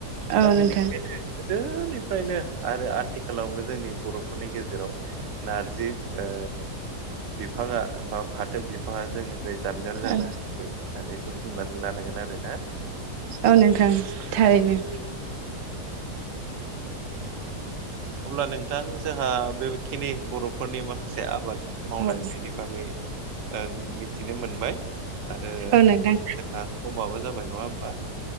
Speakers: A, on the right; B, on the right.
A: औ
B: दा
A: नोंथां
B: बेनिखायनो गोदोनिफ्रायनो आरो आथिखालावबो जोंनि बर'फोरनि गेजेराव नारजि ओ बिफाङा बा फाथो बिफाङा जोंनि जानगार जानो
A: औ
B: हायाखै होननानै जों बुंनानै लानांगोन आरो ना
A: औ नोंथां थारैनो
B: अब्ला नोंथां जोंहा बेखिनि बर' फोरनि माखासे आबाद मावनाय
A: औ
B: बिनि बागै ओ मिथिनो मोनबाय आरो
A: औ नोंथां
B: जोंना समाबो जाबाय नङा होमबा